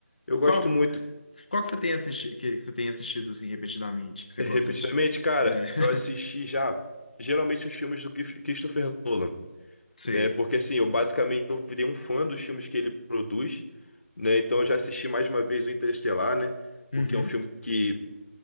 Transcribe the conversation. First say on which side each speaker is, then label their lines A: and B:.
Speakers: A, on the left (about 60°); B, on the left (about 35°).
A: Eu gosto
B: Qual,
A: muito,
B: qual que você tem assistido, que você tem assistido assim repetidamente, que você
A: repetidamente,
B: gosta de?
A: cara.
B: É, <laughs>
A: Eu assisti já geralmente os filmes do Christopher Nolan.
B: sei.
A: né? Porque assim, eu basicamente eu virei um fã dos filmes que ele produz, né? Então eu já assisti mais de uma vez o Interestelar, né?
B: Uhum.
A: Porque é um filme que,